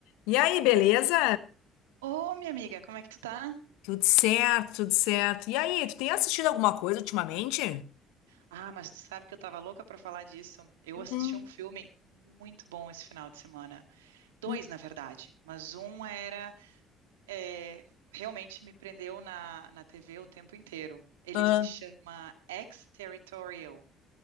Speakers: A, on the left (about 75°); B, on the right (about 85°).
A: E aí, beleza?
B: Ô, minha amiga, como é que tu tá?
A: Tudo certo, tudo certo. E aí, tu tem assistido alguma coisa ultimamente?
B: Ah, mas tu sabe que eu tava louca pra falar disso. Eu
A: Uhum,
B: assisti um filme muito bom esse final de semana. Dois,
A: uhum.
B: na verdade, mas um era é, realmente me prendeu na, na TV o tempo inteiro. Ele
A: Ah,
B: se chama Ex-Territorial.